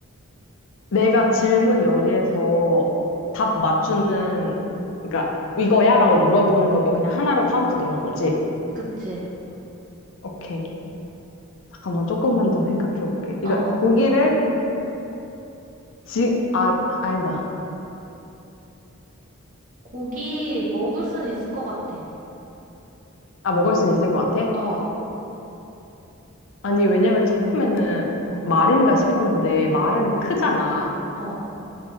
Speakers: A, on the left; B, on the right.
A: 내가 질문 여기에서 답 맞추는, 그러니까 이거야? 라고 물어보는 것도 그냥 하나로 카운트 되는 거지.
B: 그치.
A: 오케이. 잠깐만, 조금만 더 생각해 볼게.
B: 어,
A: 이거
B: 어,
A: 고기를 지, 아, 아니다.
B: 고기 먹을 수는 있을 것 같아.
A: 아, 먹을 수는 있을 것 같아?
B: 어,
A: 아니, 왜냐면 처음에는
B: 어,
A: 말인가 싶었는데, 말은 크잖아.
B: 어.